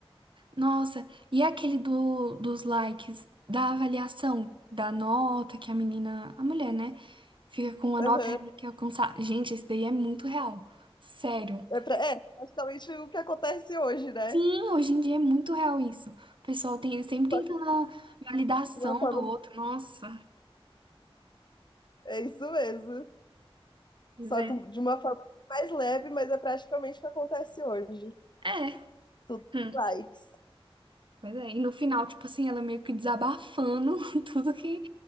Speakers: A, on the right (about 55°); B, on the left (about 50°).
A: Nossa, e aquele do, dos likes, da avaliação, da nota que a menina, a mulher, né? Fica com a nota
B: Aham.
A: ela que alcançar. Gente, esse daí é muito real. Sério.
B: É, pra- é, praticamente o que acontece hoje, né?
A: Sim, hoje em dia é muito real isso. O pessoal tem, sempre
B: Só
A: tentando
B: que
A: a validação
B: de uma forma.
A: do outro. Nossa.
B: É isso mesmo.
A: Pois
B: Só
A: é.
B: com- de uma forma mais leve, mas é praticamente o que acontece hoje.
A: É.
B: Tudo
A: hum,
B: likes,
A: Pois é. E no final, tipo assim, ela meio que desabafando <laughs> tudo que.